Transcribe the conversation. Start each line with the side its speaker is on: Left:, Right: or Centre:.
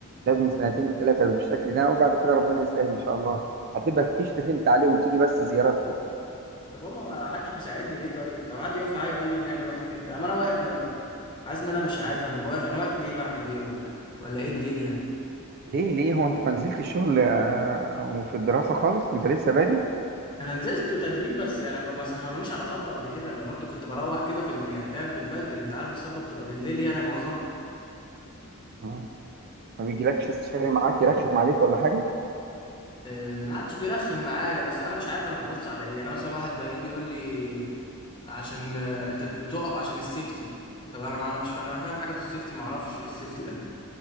Right: لازم سنتين ثلاثه بالشكل ده وبعد كده ربنا يسهل ان شاء الله هتبقى بتشرف انت عليهم تيجي بس زيارات كده
Left: طب هما ما حدش بيساعدني ليه طيب طب حد يقف معايا يقول لي بنعمل واحد اتنين تلاته اما انا واقف م... حاسس ان انا مش عارف انا واقف انا واقف ليه بعمل ايه ولا ولا ايه الدنيا
Right: ليه ليه هو انت ما نزلت الشغل آه، وفي الدراسه خالص انت لسه بادي
Left: انا نزلت تدريب بس يعني ب- ما سهرونيش على صبة قبل كده انا برضو كنت بروح كده في ال... يعني فاهم في البدري انت عارف الصبة بتبقى بالليل يعني معظمها
Right: آه. ما بيجيلكش استشاري معاك يرخم عليك ولا حاجه
Left: آه، ما عادش بيرخم معايا بس انا مش عارف انا ببص على ايه يعني مثلا واحد بلاقيه بيقول لي عشان آه، انت بتقف عشان السيفتي طب انا ما انا مش انا فاهم حاجه في السيفتي ما اعرفش ايه السيفتي ده